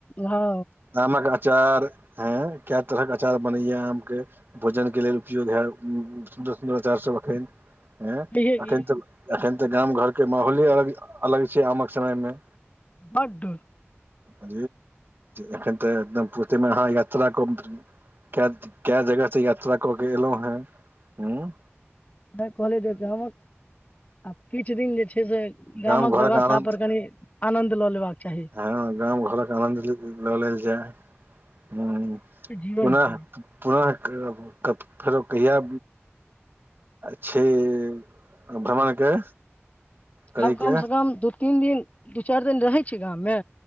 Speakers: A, on the left; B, on the right.
A: हँ
B: आमक अचार ह कय तरह के अचार बनैया आम के। भोजन के लेल उपयोग है सुन्दर सुन्दर अचार सभ एखन। हे
A: कहियै की
B: एखन तऽ एखन तऽ गाम घर के माहौले अलग अलग छैय आमक समय मे।
A: बड्ड
B: अ एखन तऽ एकदम पफूर्ती मे अहाँ यात्रा कम कय कय जगह से त यात्रा कऽ के एलहुं हें हु।
A: <unintelligible> आब किछ दिन जे छैय से गामक
B: गाम घरक
A: व्यवथा
B: आनन्द
A: पर कनि आनन्द लऽ लेबक चाही।
B: हँ गाम घरक आनन्द ल ल लेल जाय ओना
A: जीवन छै
B: पुनः फेरो कहिया छैय भ्रमण के? करैके
A: आब कम सँ कम दू तीन दिन दू चारि दिन रहै छै गाम मे